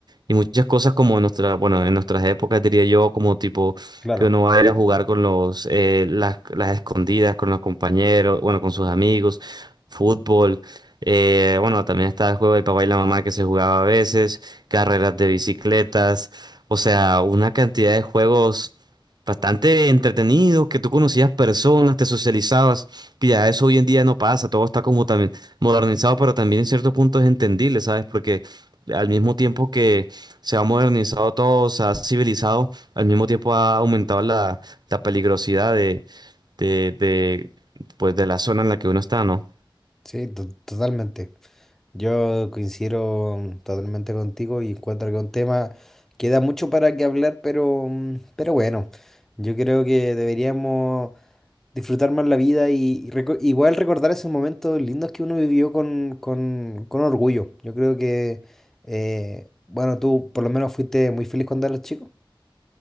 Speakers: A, on the right; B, in the centre.
A: y muchas cosas como en nuestra, bueno, en nuestras épocas diría yo, como tipo
B: Claro.
A: que uno va a ir a jugar con los, eh, las, las escondidas, con los compañeros, bueno, con sus amigos, fútbol. eh, bueno, también estaba el juego del papá y la mamá que se jugaba a veces, carreras de bicicletas, o sea, una cantidad de juegos bastante entretenidos, que tú conocías personas, te socializabas, que ya eso hoy en día no pasa, todo está como también modernizado, pero también en cierto punto es entendible, ¿sabes? Porque al mismo tiempo que se ha modernizado todo, se ha civilizado, al mismo tiempo ha aumentado la, la peligrosidad de, de, de, pues de la zona en la que uno está, ¿no?
B: Sí, to- totalmente. Yo coincido totalmente contigo y encuentro que un tema queda mucho para que hablar, pero, mm, pero bueno, yo creo que deberíamos disfrutar más la vida y, y reco- igual recordar esos momentos lindos que uno vivió con, con- con orgullo. Yo creo que, eh, bueno, tú por lo menos fuiste muy feliz cuando eras chico.